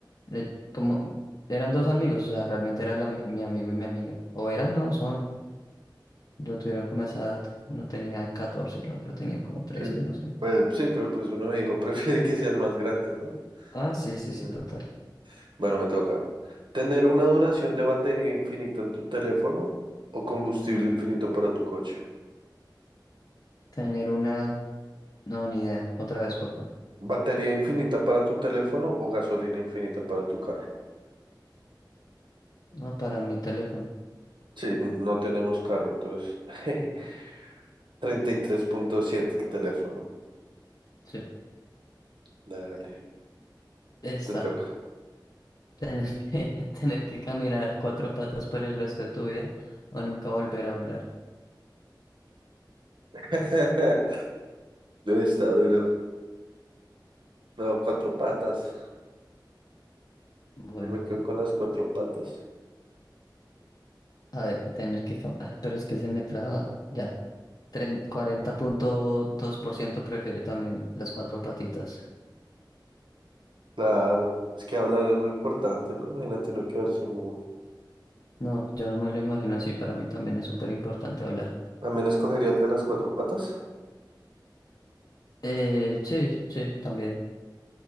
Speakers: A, on the left; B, on the right.
A: eh, como eran dos amigos, o sea, realmente era la mi mi amigo y mi amiga. O eran, no, son. Lo tuvieron como a esa edad. Uno tenía 14 y la otra tenía como trece
B: Sí,
A: no sé.
B: pues, sí, pero pues uno dijo, <laughs> prefiere que sean más grandes, ¿no?
A: Ah, sí, sí, sí,
B: Ah.
A: total.
B: Bueno, me toca. ¿Tener una duración de batería infinita en tu teléfono o combustible infinito para tu coche?
A: Tener una... No, ni idea. Otra vez, porfa.
B: ¿Batería infinita para tu teléfono o gasolina infinita para tu carro?
A: No, para mi teléfono.
B: Sí, n- no tenemos carro, entonces. <laughs> treinta y tres punto siete el teléfono.
A: Sí,
B: Dale,
A: está.
B: te toca.
A: Tener que, <laughs> tener que caminar a cuatro patas por el resto de tu vida o nunca volver a hablar.
B: <laughs> Lo Está duro. No, cuatro patas.
A: Bueno,
B: Yo me quedo con las cuatro patas.
A: a ver, tener que... cam- Ah, pero es que se me traba. Ya. tren- cuarenta punto dos por ciento prefiere también las cuatro patitas.
B: Claro, es que hablar es muy importante, ¿no? Imagínate uno quedarse mudo.
A: No, yo no me lo imagino así. Para mí también es súper importante hablar.
B: También escogería el de las cuatro patas.
A: Eh, sí, sí, también.